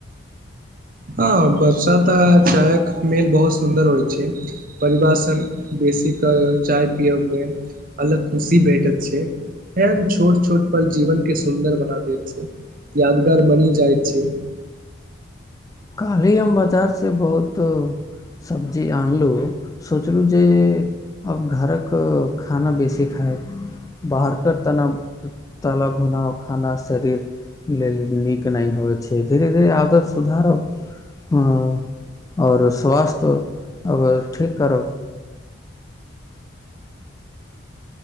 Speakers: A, on the right; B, on the left.
A: हँ बरसाात आ जायक मेल बहुत सुन्दर होइ छै परिवार स बेसी ते चाय पियब मे अलग खुशी भेटैत छै खैर छोट छोट पल जीवन के सुन्दर बना दैत छै यादगार बनिये जाइत छै
B: करैय मजा से बहुत सब्जी आनलहुँ सोचलहुँ जे आब घरक खाना बेसी खायब बाहर क त तरह-भुनल खाना शरीर लेल नीक नहि होइ छै धीरे धीरे आदत सुधारब ह आओर स्वास्थ्य अगर ठीक करब